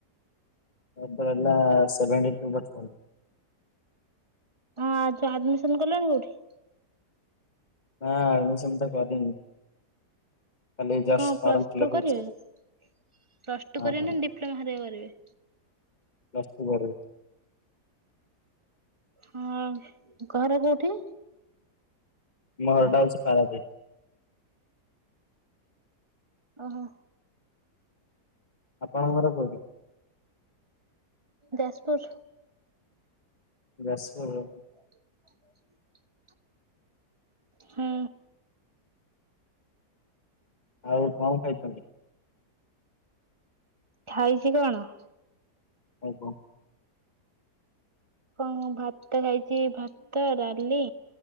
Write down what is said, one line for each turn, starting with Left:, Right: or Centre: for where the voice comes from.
Left: <inaudible>
Right: ଆଁ ଯା ଆଡ୍ମିସନ୍ କଲଣି କୋଉଠି?
Left: ନାଁ ଆଡ୍ମିସନ୍ ତ କରିନି। ଖାଲି ଜଷ୍ଟ
Right: କଣ ପ୍ଲସ୍
Left: ଫର୍ମ ଫିଲପ
Right: ଟୁ କରିବେ,
Left: ହେଇଛି
Right: ପ୍ଲସ୍ ଟୁ
Left: ହଁ
Right: କରିବେ
Left: ହଁ
Right: ନା ଡିପ୍ଲୋମା ହାରିବା କରିବେ?
Left: ପ୍ଲସ୍ ଟୁ ପଢୁ
Right: ହଁ ଘର କୋଉଠି?
Left: ମୋ ଘରଟା ହୋଉଛି ପାରାଦୀପ୍।
Right: ଓହୋ।
Left: ଆପଣଙ୍କ ଘର କୋଉଠି?
Right: ଯାଜପୁର୍।
Left: ଯାଜପୁର ରୁ।
Right: <unintelligible> ହୁଁ।
Left: ଆଉ କଣ ଖାଇଛନ୍ତି?
Right: ଖାଇଛି କଣ?
Left: ଆଉ କଣ?
Right: କଁ ମୁଁ ଭାତ ଖାଇଛି, ଭାତ, ଡାଲି